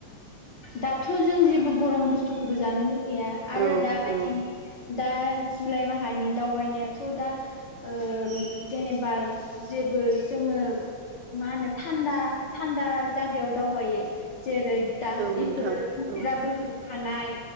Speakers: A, on the left (about 85°); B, on the right (about 80°).
A: दाथ' जों जेबो गरम बुस्थुखौबो जानो लुगैया। आरो
B: औ
A: दाबायदिनि
B: औ
A: दा जुलाइ माहानि दावबायनायाथ' दा ओ जेनेबा जेबो जोङो मा होनो थान्दा थान्दा जायगायाव दावबायो। जेरै दा
B: औ नोंथां
A: इफोरो
B: औ
A: इ बोहैबाय थानाय